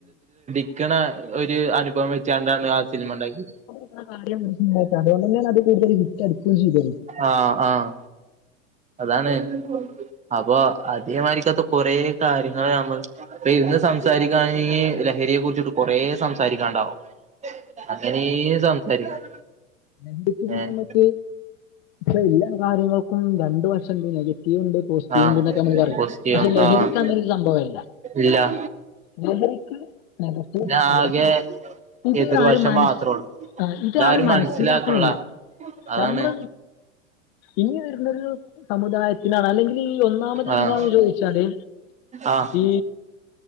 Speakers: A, on the right; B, on the left.
A: ക്കെണ ഒര് അനുഭവം വെച്ചാണ്ടാണ് ആ സിനിമ ണ്ടാക്കിയെ.
B: <unintelligible> അതോണ്ടെന്നേ ണ് അത് കൂടുതൽ ഹിറ്റ് അടിക്കിം ചെയ്തത്.
A: ആഹ് ആഹ് അതാണ്. അപ്പൊ അധികമായിരിക്കാത്ത കൊറേ കാര്യങ്ങൾ നമ്മള് ഇപ്പൊ ഇന്ന് സംസാരിങ്കാണെങ്കിൽ ലഹരിയെ കുറിച്ചിട്ട് കുറേ സംസാരിക്കാനുണ്ടാവും. അങ്ങനേ സംസാരിക്കും
B: നെഗറ്റീവ്
A: ഏഹ്
B: ഞമ്മക്ക് ഇ എല്ലാ കാര്യങ്ങൾക്കും രണ്ടു വശണ്ട് നെഗറ്റീവ് ഇണ്ട്. പോസിറ്റീവ്ണ്ട്
A: ആഹ്
B: ന്നൊക്കെ മ്മള് പറയിം.
A: പോസിറ്റീവ്
B: പക്ഷെ ലഹരിക്കങ്ങനൊരു
A: ആഹ്
B: സംഭവല്ല.
A: ഇല്ല
B: <unintelligible> ക്ക് നഖത്തില് മാത്രള്ളൂ
A: ആകെ
B: പക്ഷെ ഇതാണ്
A: എതിർവശം
B: ആ ഒരു മനസ്,
A: മാത്രള്ളൂ
B: ഇതാണ്
A: ഇതാരും
B: ആ ഒരു മനസ്
A: മനസ്സിലാക്കണില്ല
B: മിലാക്കണില്ല
A: അതാണ്
B: നമ്മൾ ഇനി വരുന്നരു സമുദായത്തി ഇതാലെങ്കില് ഈ ഒന്നാമത്
A: ആഹ്
B: ന്താന്ന് ചോയിച്ചാല്
A: ആഹ്
B: ഈ